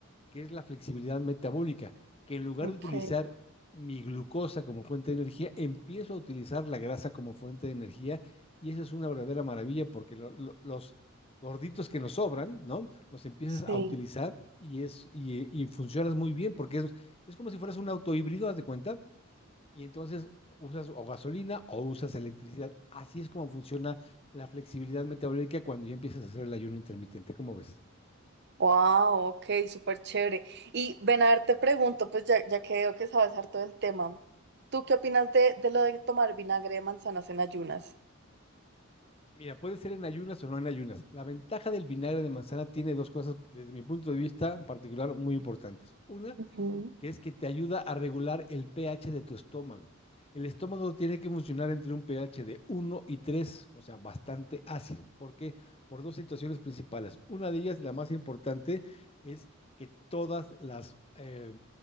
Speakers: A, on the left; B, on the right.
A: que es la flexibilidad metabólica, que en lugar
B: Ok,
A: de utilizar mi glucosa como fuente de energía, empiezo a utilizar la grasa como fuente de energía y eso es una verdadera maravilla porque lo- lo- los gorditos que nos sobran, ¿no? Los empiezas
B: sí.
A: a utilizar y es y, y funcionas muy bien porque es, es como si fueras un auto híbrido, haz de cuenta, y entonces usas o gasolina o usas electricidad. Así es como funciona la flexibilidad metabólica cuando ya empiezas a hacer el ayuno intermitente, ¿cómo ves?
B: Wow, ok, súper chévere. Y ven a ver, te pregunto, pues ya, ya que veo que sabes harto del tema, ¿tú qué opinas de, de lo de tomar vinagre de manzanas en ayunas?
A: Mira, puede ser en ayunas o no en ayunas. La ventaja del vinagre de manzana tiene dos cosas, desde mi punto de vista en particular, muy importantes. Una,
B: Ujú,
A: que es que te ayuda a regular el pH de tu estómago. El estómago tiene que funcionar entre un pH de uno y 3, o sea, bastante ácido. ¿Por qué? Por dos situaciones principales. Una de ellas, la más importante, es que todas las eh,